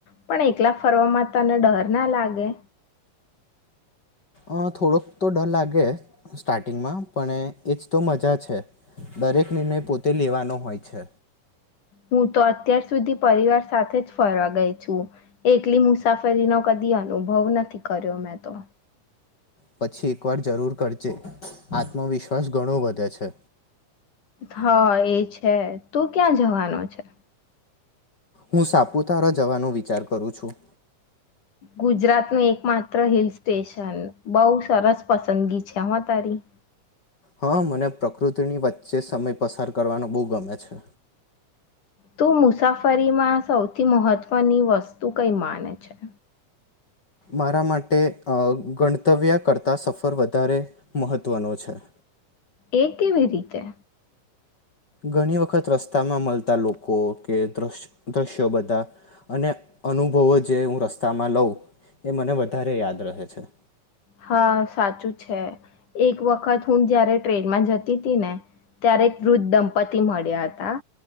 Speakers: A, on the left; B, on the left.
A: પણ એકલા ફરવામાં તને ડર ના લાગે.
B: અ થોડોક તો ડર લાગે સ્ટાર્ટિંગમાં. પણ એજ તો મજા છે. દરેક નિર્ણય પોતે લેવાનો હોય છે.
A: હું તો અત્યાર સુધી પરિવાર સાથે જ ફરવા ગઈ છું. એકલી મુસાફરીનો કદી અનુભવ નથી કર્યો મેં તો.
B: પછી એક વાર જરૂર કરજે. આત્મવિશ્વાસ ઘણો વધે છે.
A: હા એ છે. તું ક્યાં જવાનું છે?
B: હું સાપુતારા જવાનો વિચાર કરું છું.
A: ગુજરાત ની માત્ર હિલ સ્ટેશન. તન બહુ સરસ પસંદગી છે હમાં તારી.
B: હા મને પ્રકૃતિની વચ્ચે સમય પસાર કરવાનો બહુ ગમે છે.
A: તો મુસાફરીમાં સૌથી મહત્વની વસ્તુ કઈ માને છે?
B: મારા માટે અ ગણતવ્યા કરતાં સફર વધારે મહત્ત્વનો છે.
A: એ કેવી રીતે?
B: ઘણી વખત રસ્તામાં મળતા લોકો કે. દ્વશ દ્રશ્યો બધા અને અનુભવો જે હું રસ્તામાં લઉં, એ મને વધારે યાદ રહે છે.
A: હા સાચું છે. એક વખત હું જયારે ટ્રેનમાં જતી તી ને, ત્યારે વૃદ્ધ દંપતી મળ્યા હતા